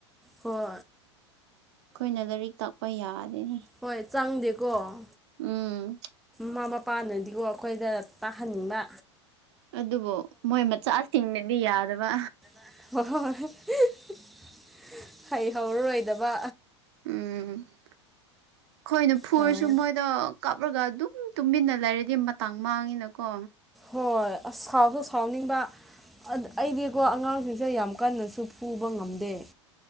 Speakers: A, in the centre; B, on the right.
A: ꯍꯣꯏ
B: ꯑꯩꯈꯣꯏꯅ ꯂꯥꯏꯔꯤꯛ ꯇꯥꯛꯄ ꯌꯥꯗꯦꯅꯤ
A: ꯍꯣꯏ ꯆꯪꯗꯦꯀꯣ
B: ꯎꯝ
A: ꯃꯃꯥ ꯃꯄꯥꯅꯗꯤꯀꯣ ꯑꯩꯈꯣꯏꯗ ꯇꯥꯍꯟꯅꯤꯡꯕ
B: ꯑꯗꯨꯕꯨ ꯃꯣꯏ ꯃꯆꯥꯁꯤꯡꯅꯗꯤ ꯌꯥꯗꯕ
A: <unintelligible> ꯍꯩ ꯍꯧꯔꯔꯣꯏꯗꯕ
B: ꯎꯝ ꯑꯩꯈꯣꯏꯅ ꯐꯨꯔꯁꯨ
A: ꯇꯧꯋꯦ
B: ꯃꯣꯏꯗ ꯀꯞ ꯍꯥꯞꯂꯒ ꯑꯗꯨꯝ ꯇꯨꯃꯤꯟꯅ ꯂꯩꯔꯗꯤ ꯃꯇꯥꯡ ꯃꯥꯡꯉꯤꯅꯀꯣ
A: ꯍꯣꯏ ꯑꯁ ꯁꯥꯎꯁꯨ ꯁꯥꯎꯅꯤꯡꯕ ꯑꯩꯗꯤꯀꯣ ꯑꯉꯥꯡꯁꯤꯡꯁꯦ ꯌꯥꯝ ꯀꯟꯅꯁꯨ ꯄꯨꯨꯕ ꯉꯝꯗꯦ